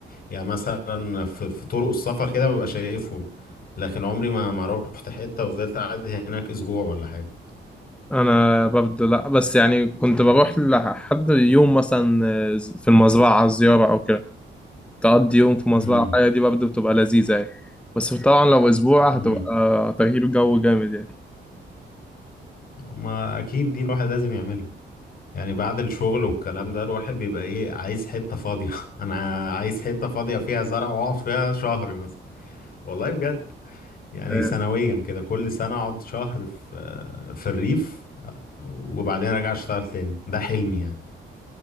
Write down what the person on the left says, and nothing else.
يعني مثلا في, في طرق السفر كده ببقى شايفهم لكن عمري ما ما رحت حتة وفضلت قاعد هناك اسبوع ولا حاجة
امم
امم
ما اكيد دي الواحد لازم يعملها يعني بعد الشغل والكلام ده الواحد بيبقى ايه عايز حتة فاضية <laughs> انا عايز حتة فاضية فيها زرع واقعد فيها شهر مثلا والله بجد يعني
سنويا كده كل سنة اقعد شهر في في الريف وبعدين ارجع اشتغل تاني ده حلمي يعني